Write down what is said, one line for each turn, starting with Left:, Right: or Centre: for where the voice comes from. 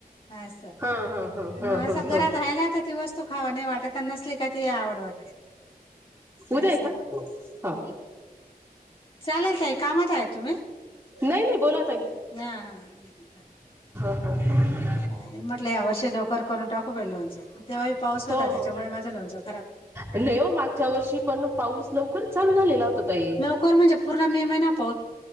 Left: असं.
Right: हा हा हा हा
Left: मग असं
Right: हा
Left: घरात
Right: हा
Left: राहिला तर ती वस्तु- खाव नाही वाटतता अन् नसली का- ते आवड वाटते.
Right: उद्या
Left: असं.
Right: आहे का हा
Left: चालेल ताई, कामात आहे तुम्ही?
Right: नाही नाही, बोला ताई.
Left: हा हा.
Right: <inaudible>
Left: म्हटलं या वर्षी लवकर करून टाकू बाई लोणचं. तेव्हाही पाऊस होता
Right: हो
Left: त्याच्यामुळे
Right: हो
Left: माझं लोणचं -
Right: नाही हो मागच्या वर्षी पण पाऊस लवकरच चालू झालेला होता ताई.
Left: लवकर म्हणजे पूर्ण मे महिना -